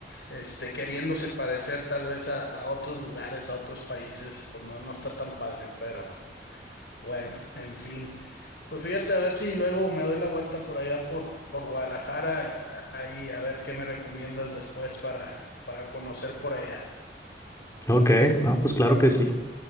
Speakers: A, on the left; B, on the left.
A: Este, queriéndose parecer tal vez a, a otros lugares, a otros países, pues no, no está tan padre, pero bueno, en fin. Pues fíjate, a ver si luego me doy la vuelta por allá por, por Guadalajara, a- ahí a ver qué me recomiendas después para, para conocer por allá.
B: Ok, no, pues claro que sí.